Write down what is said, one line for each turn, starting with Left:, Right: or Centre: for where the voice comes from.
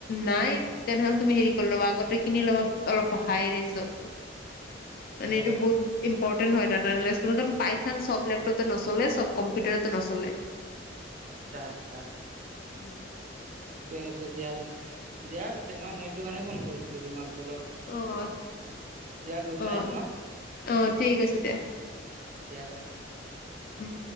Left: নাই তেনেহলে তুমি হেৰি কৰি ল'বা আগতে কিনি ল'বা অলপ হাই ৰেঞ্জৰটো। মানে
Right: অ
Left: এইটো বহুত ইম্পৰ্টেণ্ট হয় তাত। পাইানটান চব লেপটপে নচলে সব কম্পিউটাৰ নচলে।
Right: আচ্ছা আচ্ছা।
Left: উম
Right: ঠিকে আছে দিয়া পিছে দিয়া পিছে ন মই এইটো কাৰণে ফোন কৰিছিলো তোমাক। অলপ
Left: আহ আচ্ছা
Right: দিয়া গুড
Left: আহ
Right: নাইট ন
Left: আহ ঠিক আছে দিয়া।
Right: দিয়া বাই।
Left: উম।